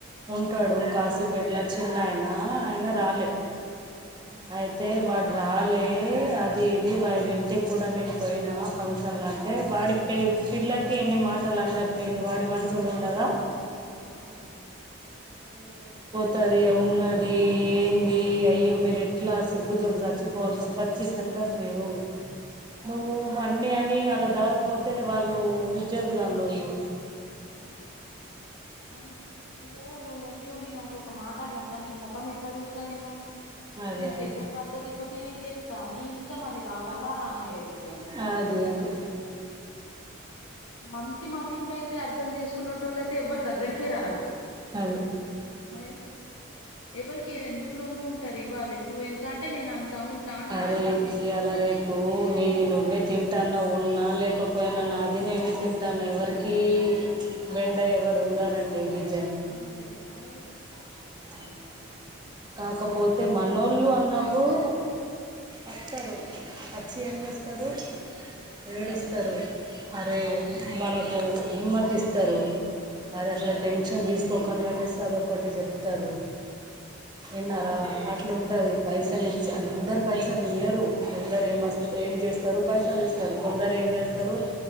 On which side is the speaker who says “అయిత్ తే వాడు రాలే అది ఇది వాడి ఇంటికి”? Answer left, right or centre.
Right